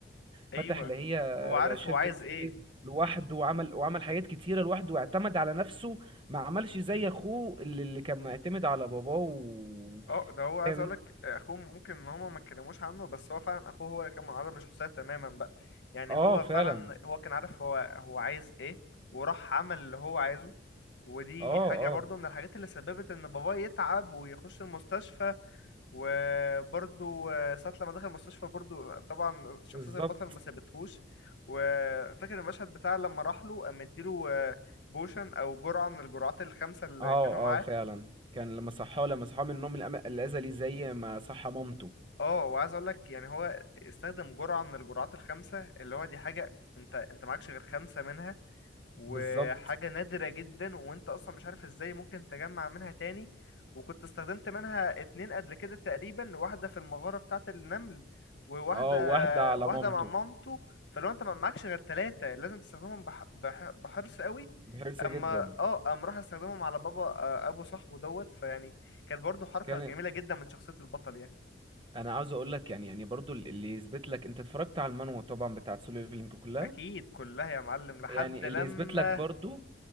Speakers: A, on the right; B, on the left.
A: فتح
B: ايوه
A: اللي هي
B: هو عارف
A: بقى شركة
B: هو عايز
A: سيف
B: ايه
A: لوحده
B: مم.
A: وعمل وعمل حاجات كتيرة لوحده واعتمد على نفسه ما عملش زي
B: مم.
A: أخوه اللي, اللي كان معتمد على باباه و...
B: اه ده هو عايز
A: فاهم
B: اقولك
A: انت؟
B: آه، اخوه ممكن ان هما ما اتكلموش عنه بس هو فعلا اخوه هو اللي كان منعزل من الشخصيه تماما بقى يعني
A: اه
B: هو
A: فعلا
B: فعلا هو كان عارف هو هو عايز ايه وراح عمل اللي هو عايزه ودي
A: اه
B: حاجه
A: اه
B: برضو من الحاجات اللي سببت ان باباه يتعب ويخش المستشفى وبرضو آه، ساعه لما دخل المستشفى برضو آه، طبعا شخصيه
A: بالظبط
B: البطل ما سابتهوش وفاكر المشهد بتاع لما راح له قام مديله آه، بوشن او جرعه من الجرعات الخمسه اللي
A: اه
B: كانوا معاه
A: اه فعلا كان لما صحاه لما صحاه من النوم الأم- الأزلي زي ما صحى مامته
B: اه وعايز اقول لك يعني هو استخدم جرعة من الجرعات الخمسة اللي هو دي حاجة انت انت معكش غير خمسة منها وحاجة
A: بالظبط
B: نادرة جدا وانت اصلا مش عارف ازاي ممكن تجمع منها تاني وكنت استخدمت منها اتنين قبل كده تقريبا واحدة في المغارة بتاعة النمل وواحدة
A: اه واحدة على
B: واحدة
A: مامته
B: مع مامته فلو انت ما معكش غير تلاتة لازم تستخدمهم بح... بح... بحرص قوي
A: بحرص جدا
B: اما اه قام راح استخدمهم على بابا آه، ابو صاحبه دوت فيعني كانت برضو حركة
A: كان
B: جميلة جدا من شخصية البطل يعني
A: انا عاوز اقول لك يعني يعني برضو اللي يثبت لك انت اتفرجت على المانوا طبعا بتاعت سولو ليفلينج كلها
B: اكيد كلها يا معلم لحد
A: يعني
B: لما
A: اللي يثبت لك برضو